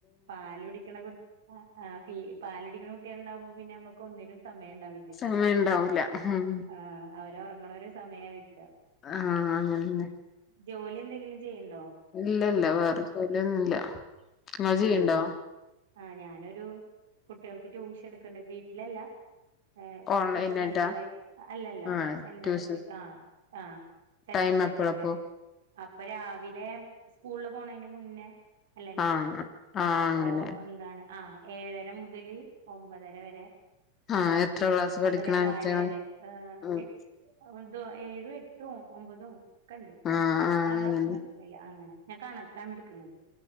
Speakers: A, on the right; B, on the left.
A: പാലുടിക്കണ <unintelligible> ആ ആ ഫീൽ പാലുടിക്ക <unintelligible> കുട്ടികളുണ്ടാവുമ്പോ പിന്നെ നമ്മുക് ഒന്നിനും സമയംണ്ടാവില്ല
B: സമയം ഉണ്ടാവൂല
A: അ
B: ഉം
A: ആ അവർക്ക് ഉറങ്ങണൊരൂ സമയം ആയി <unintelligible>
B: ആഹ അങ്ങനന്നെ
A: ജോലി എന്തെങ്കിലും ചെയ്യുന്നു <unintelligible>
B: ഇല്ല ഇല്ല വേറെ ജോലിയൊന്നുംല്ല ഇങ്ങള് ചെയ്യുണ്ടോ
A: ആഹ ഞാനൊരു കുട്ടികൾക്ക് ട്യൂഷൻ എടുക്കണ്ട് വീട്ടിലല്ല ഹെ
B: ഓൺലൈനായിട്ടാ
A: ട്യൂഷൻ സെന്ററായി അല്ലല്ല
B: ആഹ്
A: സെന്റർ
B: ട്യൂഷൻ
A: ആ ആ സെന്ററിൽ
B: ടൈം
A: പോയിട്ട്ന്നെ
B: എപ്പഴപ്പോ
A: അപ്പൊ രാവിലെ സ്കൂളില് പോണയിന് മുന്നേ അല്ലെ ഇണ്ടാവുക
B: ആഹ് ആഹ്
A: അപ്പൊ
B: അങ്ങനെ
A: എന്താണ് ആ ഏഴര മുതല് ഒമ്പതര വരെ ഇണ്ടാവും
B: ആഹ് എത്ര
A: പിന്നെ
B: ക്ലാസ് പഠിക്ക്ണെ
A: ഒമ്പതേകാല്
B: കുട്ട്യാള്
A: വരെ ഏഹ്
B: ആഹ്
A: എട്ട് <unintelligible> ഒന്തോ ഏഴും എട്ടും ഒമ്പതും ഒക്കെ ഉണ്ട്
B: ആഹ്
A: പത്താം ക്ലാസ്സിന്
B: അങ്ങനെ
A: എടുക്ക്‌ന്നില്ല അങ്ങനെ ഞാൻ കണക്കാണ് എടുക്കണത്